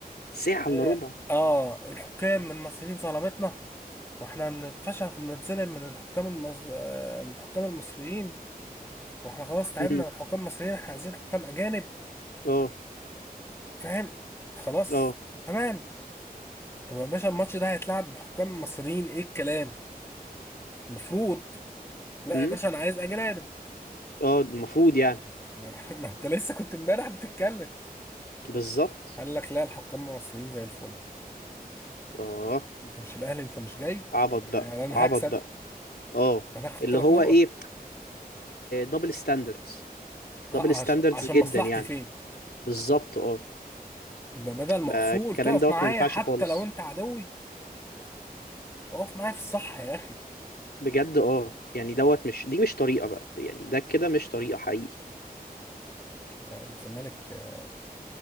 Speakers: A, on the left; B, on the left.
A: ساعة
B: اه,
A: الا ربع
B: آه الحكام من المصريين ظلمتنا واحنا بنتفشخ وبنتظلم من الحكام المص... آه، من الحكام المصريين واحنا خلاص تعبنا
A: امم
B: من حكام مصريين احنا عايزين حكام اجانب
A: اه
B: فاهم خلاص
A: اه
B: تمام طب يا باشا الماتش ده هيتلعب بحكام مصريين ايه الكلام المفروض لا
A: امم
B: يا باشا انا عايز اجانب
A: اه المفروض يعني
B: <laughs> ما انت لسه كنت امبارح بتتكلم
A: بالظبط
B: قال لك لا الحكام المصريين زي الفل
A: اه
B: انت مش الاهلي انت مش جاي
A: عبط بقى
B: يعني انا
A: عبط
B: هكسب
A: بقى اه
B: انا هاخد
A: اللي
B: ثلاث
A: هو
B: نقط
A: ايه دبل ستاندردز
B: اه
A: دبل
B: آه،
A: ستاندردز
B: عش... عشان
A: جدا
B: مصلحتي
A: يعني
B: فين
A: بالظبط اه
B: ده بدل ما
A: ما
B: اصول
A: الكلام
B: تقف
A: دوت
B: معايا
A: ما ينفعش
B: حتى
A: خالص
B: لو انت عدوي اقف معايا في الصح يا اخي
A: بجد اه يعني دوت مش دي مش طريقة بقى يعني ده كده مش طريقة حقيقي
B: يعني الزمالك آه،